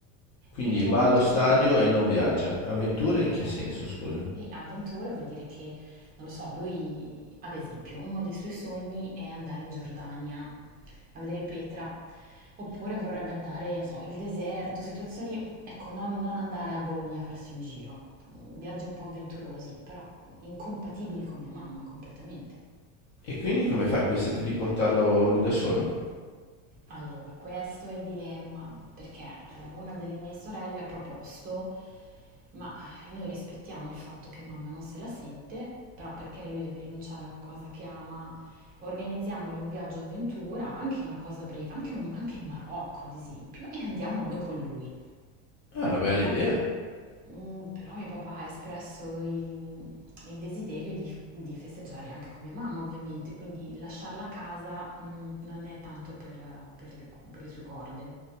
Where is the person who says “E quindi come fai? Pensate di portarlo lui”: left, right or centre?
Left